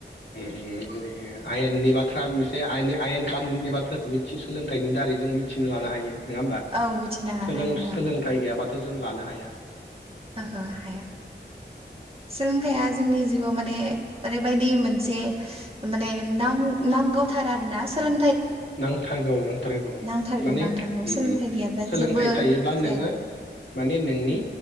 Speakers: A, on the left (about 75°); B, on the right (about 30°).
A: उम उम बिदिनो आयेननि बाथ्रा मोनसे आयेनि आयेन कानुननि बाथ्राखौ मिथि सोलोंथाइनि दारै जों मिथिनो लानो हायो। नोंङा होमबा
B: औ मिथिना लानो
A: सोलों
B: हायो
A: सोलोंथाइ
B: ओं
A: गैयाबाथ' जों लानो हाया।
B: ओहो हाया। सोलोंथाइया जोंनि जिउआव माने ओरैबायदि मोनसे <unintelligible> मानो नां-नांगौथार आरो ना सोलों
A: नांथारगौ नांथारगौ
B: नांथारगौ
A: माने
B: नांथारगौ
A: उम
B: सोलोंथाइ
A: उम
B: गैयाब्ला
A: सोलोंथाइ
B: जेबो
A: थायोब्ला
B: जाया
A: नोङो माने नोंनि